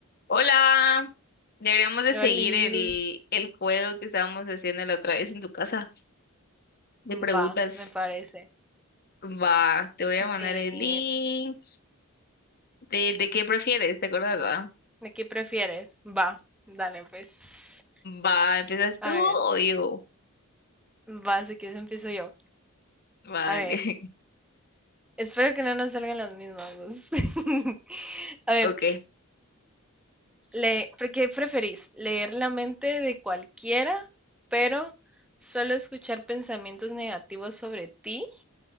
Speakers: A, on the left; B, in the centre.
A: Hola, deberíamos de seguir
B: Olis,
A: el, el juego que estábamos haciendo la otra vez en tu casa de preguntas.
B: va, me parece.
A: Va, te voy a mandar
B: ¿De,
A: el link. ¿De, de qué prefieres? ¿Te acuerdas, va?
B: de qué prefieres? Va, dale pues.
A: Va, ¿empiezas tú
B: A
A: o
B: ver,
A: yo?
B: va, si quieres empiezo yo.
A: Va,
B: A ver,
A: dale. <laughs>
B: espero que no nos salgan las mismas dos. <laughs> A ver,
A: Ok.
B: le, ¿por ¿qué preferís? ¿Leer la mente de cualquiera, pero solo escuchar pensamientos negativos sobre ti?